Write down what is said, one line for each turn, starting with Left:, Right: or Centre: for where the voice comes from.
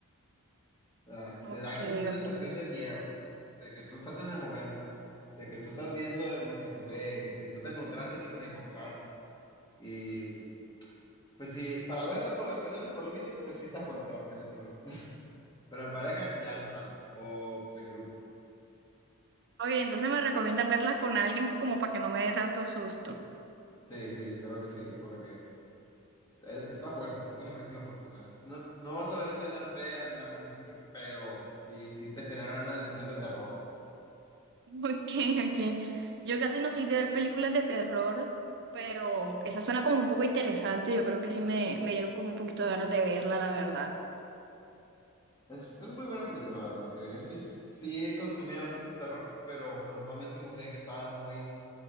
Left: O sea,
Right: Ok,
Left: te da como una sensación
Right: ok.
Left: de miedo, de que tú estás en el momento, de que tú estás viendo lo que se ve, de que tú te encontraste lo que se encontraron. Y pues sí, para verla sola, comiendo las palomitas, pues sí está fuerte la peli tal vez. <laughs> Pero en pareja ya no tanto, o pues en grupo.
Right: Ok, entonces me recomiendas verla con alguien como para que no me dé tanto susto.
Left: Sí, sí, yo creo que sí, porque... Es- Está fuerte, sí es una película fuerte, ¿saben? No, no vas a ver escenas feas ni nada por el estilo, pero sí, sí te genera una sensación de terror.
Right: <laughs> Ok, ok. Yo casi no soy de ver películas de terror, pero esa suena como un poco interesante. Yo creo que sí me, me dieron como un poquito de ganas de verla, la verdad.
Left: Es, es muy buena película, la verdad, digo, yo sí, sí consumía bastante terror, pero normalmente se me hacían que estaban muy,